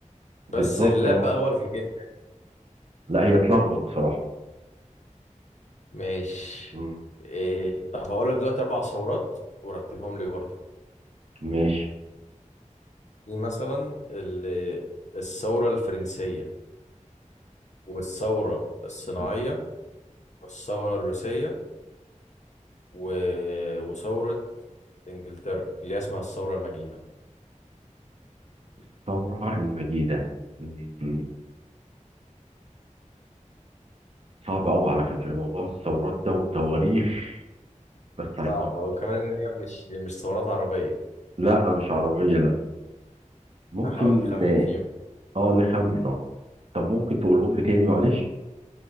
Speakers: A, on the right; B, on the left.
A: بالظبط
B: بس اللاب
A: اه
B: بقى هو اللي كان جاي
A: لا هي اتلخبط بصراحة
B: ماشي
A: مم.
B: إيه طب هقول لك دلوقتي اربع ثورات ورتبهم لي برضه
A: ماشي
B: دي مثلا ال- الثوره الفرنسيه والثوره الصناعيه
A: مم.
B: والثوره الروسيه و... وثوره انجلترا اللي هي اسمها الثوره المجيده
A: الثورة المجيدة مم. صعب قوي على فكرة موضوع الثورات ده وتواريخ بس هنجيبها
B: صعبه وكمان
A: برضه
B: ان هي مش مش ثورات عربيه
A: لا مش عربية لا ممكن
B: هحاول تخمن فيهم
A: اه نخمن اه طب ممكن تقولهم لي تاني معلش